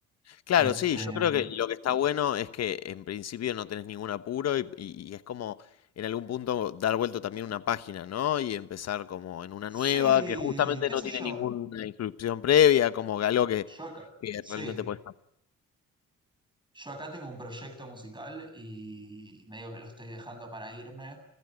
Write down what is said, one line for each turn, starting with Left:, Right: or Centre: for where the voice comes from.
Left: Claro,
Right: Este,
Left: sí, yo creo que lo que está bueno es que en principio no tenés ningún apuro y, y- y es como en algún punto dar vuelta también una página, ¿no? Y empezar como en una
Right: sí,
Left: nueva que justamente
Right: qué
Left: no
Right: sé
Left: tiene
Right: yo.
Left: ninguna inscripción previa, como algo que,
Right: Yo acá,
Left: que
Right: sí,
Left: realmente puedes
Right: yo acá tengo un proyecto musical y medio que lo estoy dejando para irme,